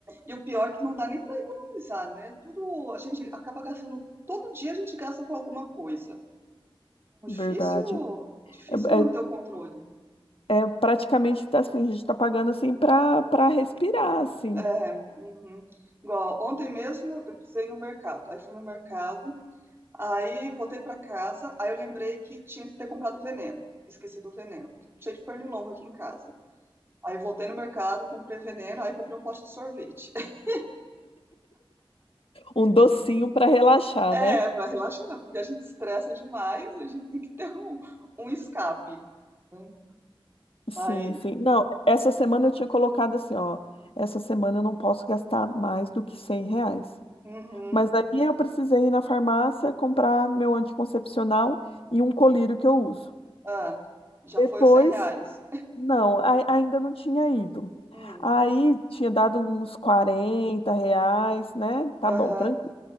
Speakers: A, on the right (about 25°); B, on the left (about 85°).
A: E o pior é que não dá nem para economizar, né? Tudo a gente acaba gastando, todo dia a gente gasta com alguma coisa. Então, Difícil,
B: Verdade.
A: difícil
B: É,
A: manter o controle.
B: é, é praticamente tá assim, a gente tá pagando assim pra, pra respirar, assim.
A: É, uhum. Igual ontem mesmo eu precisei ir no mercado. Aí fui no mercado, aí voltei para casa, aí eu lembrei que tinha que ter comprado veneno. Esqueci do veneno, porque cheio de pernilongo aqui em casa. Aí eu voltei no mercado, comprei veneno, aí comprei um pote de sorvete. <laughs>
B: Um docinho pra relaxar,
A: É,
B: né?
A: pra relaxar, né? porque a gente estressa demais, a gente tem que ter um, um escape, né?
B: Sim,
A: Mas,
B: sim. Não, essa semana eu tinha colocado assim, ó, essa semana eu não posso gastar mais do que 100 reais.
A: uhum,
B: Mas aí eu precisei ir na farmácia comprar meu anticoncepcional e um colírio que eu uso.
A: ah, já
B: Depois,
A: foi os 100 reais.
B: não, ai- ainda não tinha ido.
A: Hum,
B: Aí tinha dado uns 40 reais, né? Tá
A: aham,
B: bom, tranquilo.